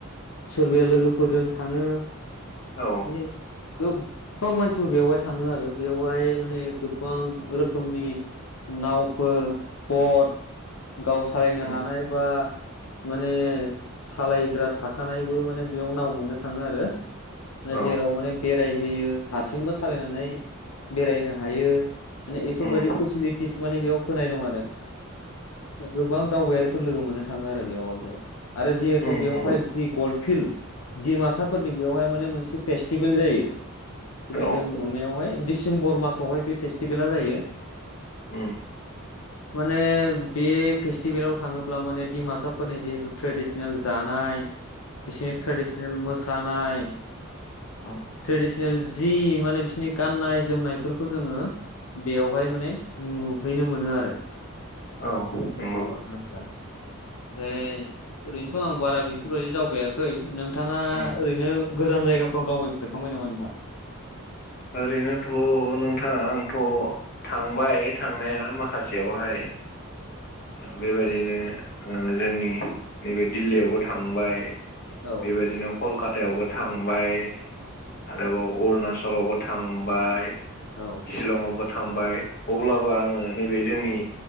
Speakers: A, on the left (about 85°); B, on the left (about 50°).
A: सोरबाया लोगोफोरजों थाङो
B: औ
A: <unintelligible> गोबां मानसिफोर बेवहाय थाङो आरो बेवहाय माने गोबां रोखोमनि नावफोर बट गाव सालायनो
B: उम
A: हानाय बा माने सालायग्रा थाखानायबो माने बेयाव नाव मोननो थाङो आरो
B: औ
A: जेराव
B: उम औ
A: माने बेरायहोयो हारसिंबो सालायनानै बेरायनो हायो माने बेफोरबायदि
B: उमहो
A: फेसिलिटिस माने बेयाव होनाय दं आरो गोबां दावबायारि लोगो मोननो थाङो आरो बेयावहाय आरो जिहेथु
B: उम
A: बेयावहाय फिल्ड डिमासाफोरनि बेवहाय माने मोनसे फेस्टिभेल जायो। खिन्थु
B: औ
A: जोंनि मामायावहाय डिसेम्बर मासावहाय बे फेस्टिभेला जायो
B: ए
A: माने बे फेस्टिभेलाव थाङोब्ला माने डिमासाफोरनि जिहेतु ट्रेडिसनेल जानाय बिसोरनि ट्रेडिसनेल मोसानाय
B: उम औ उम
A: ट्रेडिसनेल जि माने बिसोरनि गाननाय जोमनायफोरखौ जोङो बेयावहाय माने नुहैनो मोनो आरो
B: औ
A: जों
B: औ
A: माबायाव थाङोब्ला ओमफ्राय ओरैनोथ' आं बारा बेफोरबायदि दावबायाखै नों नोंथाङा
B: उम
A: ओरैनो गोजान जायगाफ्राव दावबायफेरखांबाय नामा नोंथां
B: ओरैनोथ' नोंथाङा आंथ' थांबाय थांनाया माखासेयावहाय बेबायदिनो जोंनि नैबे दिल्लियावबो थांबाय
A: औ
B: बेबायदिनो कलकातायावबो थांबाय आरोबाव अरुणचलावबो थांबाय
A: औ
B: चिलंआवबो थांबाय अब्लाबो आङो नैबे जोंनि